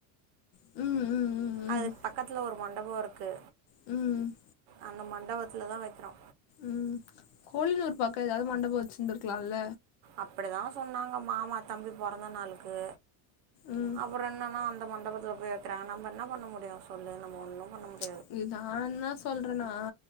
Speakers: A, on the left; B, on the right.
A: ம் ம் ம் ம்
B: அதுக்கு பக்கத்துல ஒரு மண்டபோ இருக்கு
A: ம்
B: அந்த மண்டபத்தில தா வைக்கிறோ
A: ம் கோழினூர் பக்க எதாவது மண்டபோ வெச்சிருந்திருக்கலால்ல
B: அப்பிடிதா சொன்னாங்க மாமா தம்பி பொறந்த நாளுக்கு
A: ம்
B: அப்பறோ என்னன்னா அந்த மண்டபத்துல போய் வெக்கிறாங் நம்ம என்னா பண்ண முடியு சொல்லு நம்ம ஒண்ணு பண்ண முடி
A: <unintelligible> நா என்ன சொல்றேனா